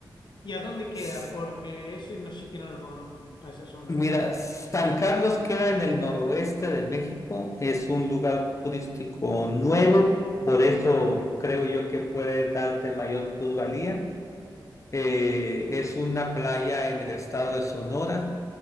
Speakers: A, on the left; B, on the left.
A: ¿y a dónde queda?
B: S-
A: Porque ese no sí que no lo conozco, a esa zona.
B: Mira, San Carlos queda en el noroeste de México, es un lugar turístico nuevo, por eso creo yo que puede darte mayor plusvalía. Eh, es una playa en el estado de Sonora